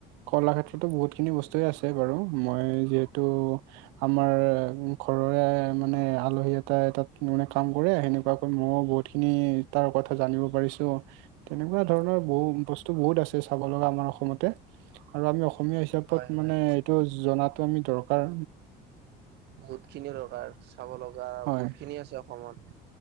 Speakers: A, on the right (about 85°); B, on the right (about 65°).
A: কলা ক্ষেত্ৰতো বহুতখিনি বস্তুৱে আছে বাৰু মই যিহেতু আমাৰ ঘৰৰে মানে আলহী এটাই তাত কিনো মানে কাম কৰে সেনেকুৱাকৈ মইয়ো বহুতখিনি তাৰ কথা জানিব পাৰিছো, তেনেকুৱা ধৰণৰ বহুত বস্তু বহুত আছে চাব লগা আমাৰ অসমতে। আৰু আমি অসমীয়া হিচাপত
B: হয় হয়।
A: মানে এইটো জাতটো আমি দৰকাৰ।
B: বহুত খিনি দৰকাৰ চাব লগা
A: হয়,
B: বহুত খিনি আছে অসমত।